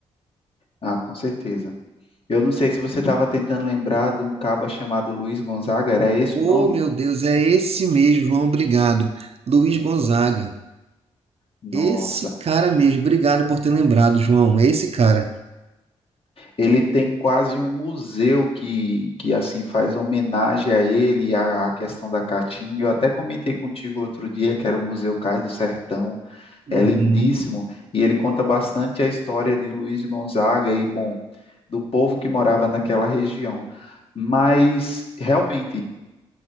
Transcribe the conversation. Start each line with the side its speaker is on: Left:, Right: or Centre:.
Left: Ah, com certeza. Eu não sei se você estava tentando lembrar de um caba chamado Luiz Gonzaga, era esse
Right: Oh,
Left: o nome?
Right: meu Deus, é esse mesmo, João, obrigado. Luiz Gonzaga,
Left: Nossa,
Right: esse cara mesmo, obrigado por ter lembrado, João, é esse cara.
Left: ele tem quase um museu que, que assim faz homenagem a ele, à à questão da caatinga. Eu até comentei contigo outro dia que era o Museu Cais do Sertão,
Right: Uhum,
Left: é lindíssimo e ele conta bastante a história de Luiz Gonzaga e, bom, do povo que morava naquela região. Mas realmente